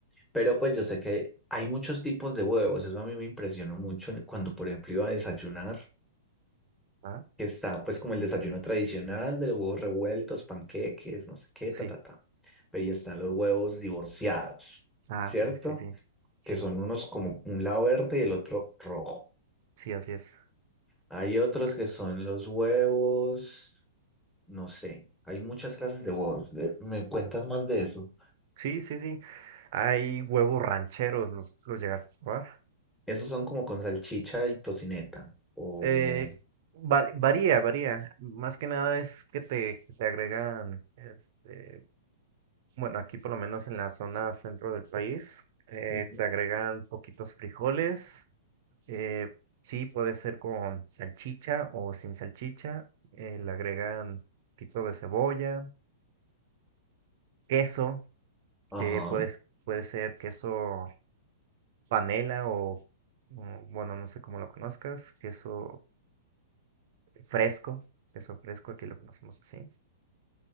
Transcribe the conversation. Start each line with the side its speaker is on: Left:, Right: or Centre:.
Centre: Pero pues yo sé que hay muchos tipos de huevos, eso a mí me impresionó mucho cuando, por ejemplo, iba a desayunar.
Right: Ah,
Centre: que está pues como el desayuno tradicional de los huevos revueltos, panqueques, no sé qué,
Right: sí.
Centre: ta, ta, ta. Pero ahí están los huevos divorciados,
Right: Ah,
Centre: ¿cierto?
Right: sí, sí, sí. Sí,
Centre: Que son unos como un lado verde y el otro rojo.
Right: sí, así es.
Centre: Hay otros
Right: Correcto.
Centre: que son los huevos, no sé, hay muchas clases de huevos. De- ¿Me cuentas más de eso?
Right: Sí, sí, sí. Hay huevos rancheros, los, los llegaste a probar.
Centre: Esos son como con salchicha y tocineta. O...
Right: Eh, va- varía, varía. Más que nada es que te, que te agregan, este, bueno, aquí por lo menos en la zona centro del país, eh,
Centre: Ujú.
Right: te agregan poquitos frijoles, Eh, sí, puede ser con salchicha o sin salchicha. eh, le agregan un poquito de cebolla, queso, que
Centre: Ajá.
Right: puede, puede ser queso panela o, mm, bueno, no sé cómo lo conozcas, queso fresco, queso fresco, aquí lo conocemos así.